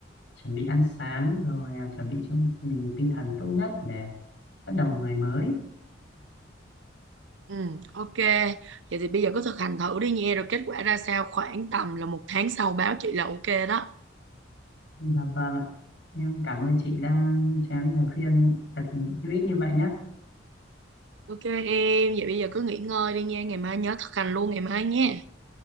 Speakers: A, on the left; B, on the right.
A: chuẩn bị ăn sáng rồi à, chuẩn bị cho mình tinh thần tốt nhất để bắt đầu một ngày mới
B: ừ ok vậy thì bây giờ cứ thực hành thử đi nha rồi kết quả ra sao khoảng tầm là một tháng sau báo chị là ok đó
A: dạ vâng ạ em cảm ơn chị đã cho em những lời khuyên thật hữu ích như vậy nhé
B: ok em vậy bây giờ cứ nghỉ ngơi đi nha ngày mai nhớ thực hành luôn ngày mai nha